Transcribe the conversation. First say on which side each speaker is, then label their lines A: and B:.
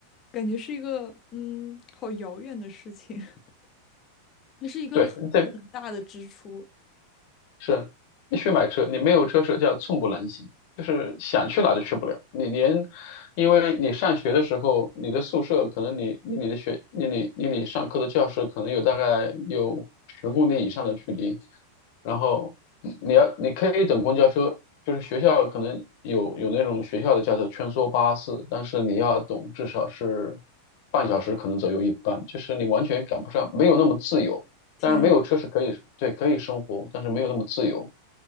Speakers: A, on the left (about 30°); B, on the left (about 45°).
A: 感觉是一个嗯，好遥远的事情，<laughs> 那是一个很很大的支出。
B: 对，这是必须买车，你没有车是叫寸步难行，就是想去哪都去不了。你连，因为你上学的时候，你的宿舍可能你离你的学离你离你上课的教室可能有大概有十公里以上的距离，然后你你要你可以等公交车，就是学校可能有有那种学校的叫做穿梭巴士，但是你要等至少是半小时可能左右一班，就是你完全赶不上，没有那么自由。
A: 天。
B: 但是没有车是可以，对，可以生活，但是没有那么自由。